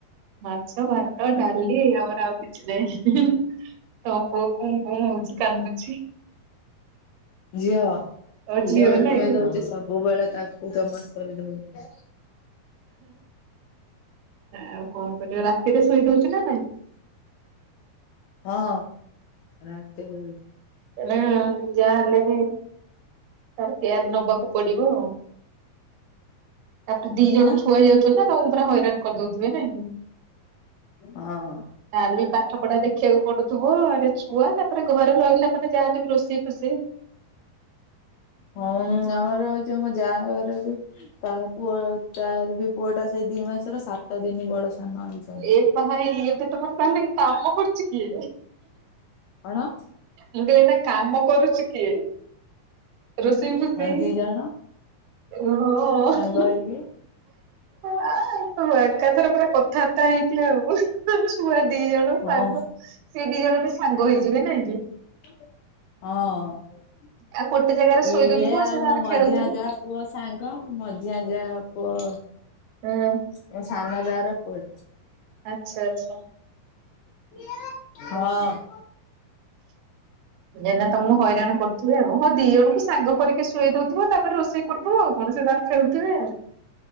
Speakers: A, on the right (about 80°); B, on the left (about 80°).
A: ମାଛ ଭାତ ଡାଲି ଲି ଆମର ଆଉ କିଛି ନାଇଁ। ତ ପୁଅ କୁଁ କୁଁ, ହଉଛି କାନ୍ଦୁଛି।
B: ଝିଅ
A: ତୋ
B: ଝିଅ ଉଠେଇଦୋଉଛି
A: ନାଇଁ କି?
B: ସବୁବେଳେ ତାକ କୁ ଜମା ଶୋଇଦଉନି।
A: ଆଉ କଣ କରିବ ରାତିରେ ଶୋଇଦୋଉଛି ନା ନାଇଁ?
B: ହଁ, ରାତିରେ
A: ନା ଯାହା ହେଲେ ବି ତାର କେୟାର ନବାକୁ ପଡ଼ିବ। ତାକୁ ଦି ଜଣ
B: ଆଁ
A: ଛୁଆ ହେଇଯାଉଛନ୍ତି ତ ତାଙ୍କୁ ପୁରା ହଇରାଣ କରିଦଉ <unintelligible>
B: ହଁ
A: ତାର ବି ପାଠ ପଢା ଦେଖିବାକୁ ପଡୁଥିବ ଇଆଡ଼େ ଛୁ ଛୁଆ ତାପରେ ଘରେ ରହିଲା ପରେ ଯାହେଲେ ବି ରୋଷେଇ ଫୋସେଇ।
B: ହଁ, <unintelligible> ଆମର ଯୋଉ ମୋ ଯା ଘର ଯୋଉ ତା ପୁଅ ତାର ବି ପୁଅ ଟା ସେଇ ଦି ମାସର ସାତ ଦିନି ବଡ ସାନ ହେଇଛି।
A: ଏଇ ତ ଭାଇ ଇଏତ ଭଲପାନ୍ତିନି କାମ କରୁଛି କିଏ?
B: କଣ?
A: ମୁଁ କହିଲି ଏଇନା କାମ କରୁଛି କିଏ ରୋଷେଇ ଫୋସେଇ?
B: ହଁ ଦି ଜଣ
A: ଓ ଅଁ
B: ସାଙ୍ଗ ହେଇକି
A: ଅଁ ଆଁ ଏକାଥରେ ପୁରା କ ଥାବାର୍ତା ହେଇଥିବେ ଆଉ ଛୁଆ ଦି ଜଣ
B: ହଁ
A: ସାଙ୍ଗ ସେ ଦି ଜଣବି ସାଙ୍ଗ ହେଇଯିବେ ନାଇଁ କି?
B: ହଁ।
A: ଆଉ ଗୋଟେ ଜାଗାରେ ଶୋଇ
B: ଇଏ
A: ଦଉଥିବ
B: ଆଉ
A: ସେ ତାର
B: ମୋ ମଝିଆ
A: ଖେଳୁଥିବେ
B: ଯା ପୁଅ ସାଙ୍ଗ ମଝିଆ ଯା ପୁଅ
A: ହୁଁ।
B: ମୋ ସାନ ଯାର ପୁଅଟେ।
A: ଆଚ୍ଛା ଆଚ୍ଛା।
B: <unintelligible>
A: <unintelligible>
B: ହଁ।
A: ଏଇଁନା ତମକୁ ହଇରାଣ କରୁଥିବ ଆଉ। ହଁ, ଦି ଜଣଙ୍କୁ ସାଙ୍ଗ କରିକି ଶୋଇଦଉଥିବ ତାପରେ ରୋଷେଇ କରୁଥିବ ଆଉ କଣ ସିଏ ତାଙ୍କର ଖେଳୁଥିବେ।